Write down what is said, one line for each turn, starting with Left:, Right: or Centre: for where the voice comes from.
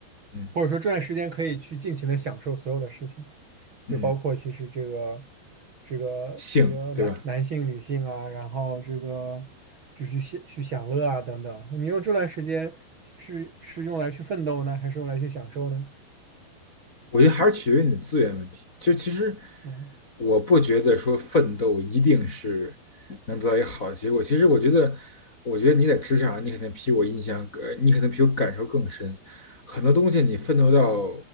Left: 嗯
Right: 或者说这段时间可以去尽情的享受所有的事情，
Left: 嗯，
Right: 就包括其实这个这个这个男男性、
Left: 性对吧？
Right: 女性啊，然后这个就去享去享乐啊等等。你用这段时间是是用来去奋斗呢，还是用来去享受呢？
Left: 我觉得还是取决于你的资源问题。就其实
Right: 嗯
Left: 我不觉得说奋斗一定是能得到一个好的结果。其实我觉得，我觉得你在职场，你可能比我印象，呃，你可能比我感受更深。很多东西你奋斗到